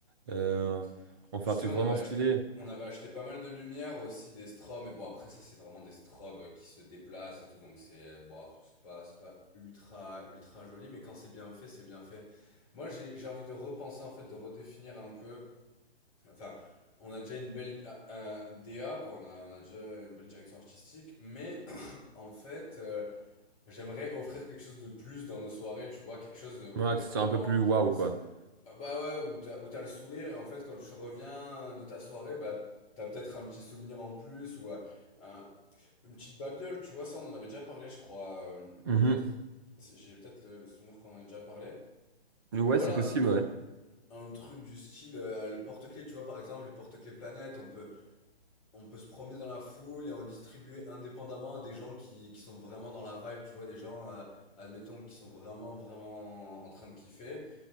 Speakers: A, on the right (about 20°); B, on the left (about 30°).
A: Euh,
B: Hmm.
A: on fait
B: Tu
A: un
B: sais,
A: truc
B: on
A: vraiment
B: avait acheté,
A: stylé.
B: on avait acheté pas mal de lumière aussi, des strobes, mais bon après ça c'est vraiment des strobes qui se déplacent et tout, donc c'est euh, bon, c'est pas, c'est pas ultra ultra joli, mais quand c'est bien fait, c'est bien fait. Moi j'ai j'ai envie de repenser en fait, de redéfinir un peu. Enfin, on a déjà une belle ah, ah, DA, quoi. On a, on a déjà une belle direction artistique. Mais <coughs> <clears throat> en fait, euh, j'aimerais offrir quelque chose de plus dans nos soirées, tu vois, quelque chose où
A: Ouais,
B: euh,
A: que ce
B: vraiment.
A: soit un peu plus waouh
B: Ça,
A: quoi.
B: ah, bah ouais, où t'as, où t'as le sourire et en fait, quand tu reviens de ta soirée, bah, t'as peut-être un petit souvenir en plus ou euh, un- une petite babiole, tu vois. Ça, on en avait déjà parlé, je crois, euh,
A: Mhm.
B: peut-être. C'est- J'ai peut-être le, le souvenir qu'on en a déjà parlé.
A: Ouais,
B: Mais voilà,
A: c'est possible,
B: un truc
A: ouais.
B: un truc du style euh, le porte-clés, tu vois, par exemple, les porte-clés planète, on peut, on peut se promener dans la foule et en distribuer indépendamment à des gens qui, qui sont vraiment dans la vibe, tu vois, des gens, euh, admettons, qui sont vraiment, vraiment en train de kiffer.